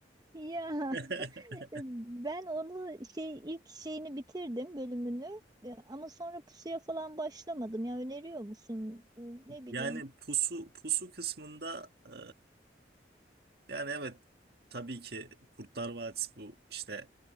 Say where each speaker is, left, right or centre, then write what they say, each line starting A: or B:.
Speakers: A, on the right; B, on the right.
A: Ya <laughs>
B: <laughs>
A: ben onu şey ilk şeyini bitirdim bölümünü E, ama sonra pusuya falan başlamadım. Ya öneriyor musun? E, Ne bileyim.
B: Yani pusu pusu kısmında e, Yani evet tabii ki Kurtlar Vadisi bu işte